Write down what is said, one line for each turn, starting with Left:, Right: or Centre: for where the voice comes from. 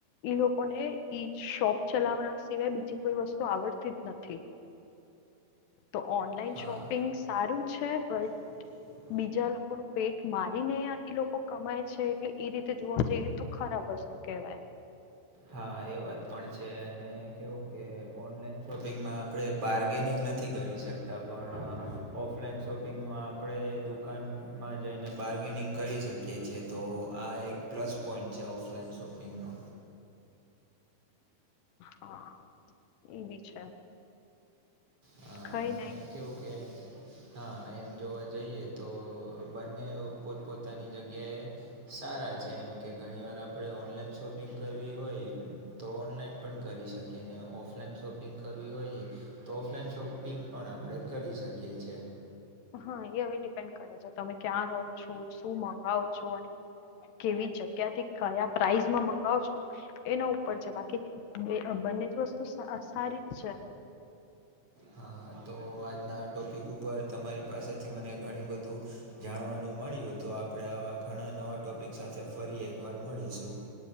Left: ઈ લોકોને ઈ શોપ ચલાવા સિવાય બી જી કોઈ વસ્તુ આવડતી જ નથી. તો ઓનલાઈન
Right: હા
Left: શોપિંગ સારું છે, બટ
Right: <inaudible>
Left: બીજા લોકોનું પેટ મારીને આ ઈ લોકો કમાય છે, એટલે ઇ રીતે જોવા જઈએ તો ખરાબ વસ્તુ. કેવાય.
Right: હા એ વાત પણ છે, અને કેવું કે ઓનલાઈન શોપિંગમાં આપણે બાર ગેનિંગ નથી કરી શકતા પણ ઓફલાઈન શોપિંગમાં આપણે દુ દુકાનમાં જઈને બાર્ગેનિંગ કરી શકીએ છીએ તો આ એક પ્લસ પોઈન્ટ છે, ઓફલાઈન શોપ. પિગનો
Left: હા એવી છે
Right: અને
Left: કઈ નહી
Right: કેવું કે હા એમ જોવા જઈએ તો બ અને પોતપોતાની જગ્યાએ સારા છે, એમ કે ઘણી વાર આપણે ઓનલાઈન શોપિંગ કરવી હોય. તો ઓનલાઈન પણ કરી શકીએ અનેને ઓફલાઈન શોપિંગ કરવી હોઈએ. તો ઓફલાઈન શોપિંગ પણ આપણે કરી શકીએ છીએ.
Left: હા એ હવે ડિપેન્ડ કરે છે, તમે ક્યાં રહો છો? શું મંગાવો છો? અને કેવી જગ્યા થી કયા પ્રાઇસમાં મંગાવ છો એના ઉપર છે, બાકી બંને જ વસ્તુ સારી જ છે.
Right: હા તો આજના ટોપિક ઉપર તમારી પાસેથી મને ઘણી બધું જાણવાનું મળ્યું તો આપણે આવા ઘણા નવા ટોપિક સાથે ફરી એકવાર મળીશું.